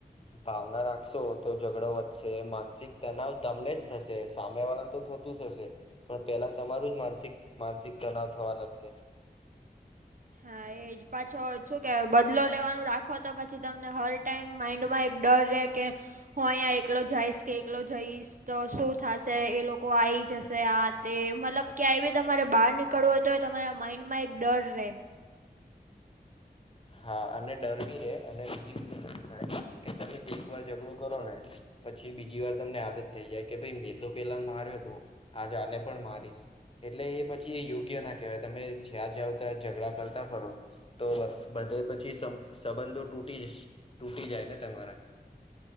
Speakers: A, on the left (about 35°); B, on the right (about 55°).
A: ભાવના રાખશો તો ઝગડો વધશે માનસિક તનાવ તમને જ થશે સામે વાળા તો થતું જ થશે પણ પેલા તમારું જ માનસિક માનસિક તનાવ થવા લાગશે <inaudible>
B: હા એ જ પાછો શું કેવાય બદલો લેવાનું રાખો તો પછી તમને હર ટાઈમ માઈન્ડમાં એક ડર રે કે હું અંઈયા એકલો જાઈશ કે એકલો જઈશ તો શું થાશે એ લોકો આઈ જશે આ તે મતલબ ક્યાંય બી તમારે બાર નીકળવું હોય તોય તમારા માઈન્ડમાં એક ડર રે
A: હા અને ડર બી રે અને બીજી બધું થાય કે તમે એક વાર ઝઘડું કરો ને પછી બીજી વાર તમને આદત થઈ જાય કે ભઈ મેં તો પેલાને માર્યો તો આજે આને પણ મારીશ એટલે એ પછી યોગ્ય ના કેવાય તમે જ્યાં જઓ ત્યાં ઝઘડા કરતા ફરો તો બ બધેય પછી સંબં સંબંધો તૂટી સ તૂટી જાય ને તમારા